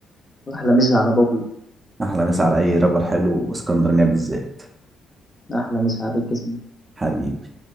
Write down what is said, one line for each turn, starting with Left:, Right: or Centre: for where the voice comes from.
Left: أحلى مسا على بابلو
Right: احلى مسا على اي رابر حلو واسكندرانية بالذات
Left: أحلى مسا عليك اسمي
Right: حبيبي